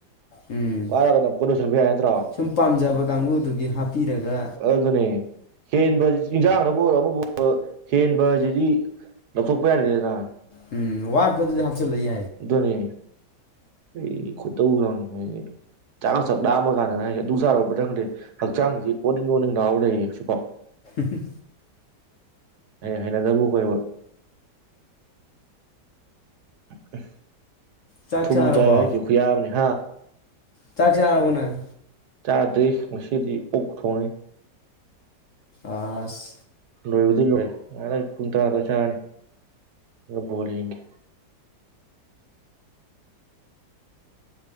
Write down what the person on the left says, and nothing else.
ꯎꯝ
ꯁꯨꯝ ꯄꯥꯝꯖꯕ ꯀꯥꯡꯕꯨꯗꯨꯒꯤ ꯍꯥꯞꯄꯤꯔꯒ
ꯎꯝ ꯋꯥꯠꯄꯗꯨꯗꯤ ꯍꯥꯞꯆꯜꯂ ꯌꯥꯏ
ꯎꯝ
ꯆꯥꯛ
ꯆꯥꯔꯕꯣ
ꯆꯥꯛ ꯆꯥꯔꯕꯣ ꯅꯪ
ꯑꯁ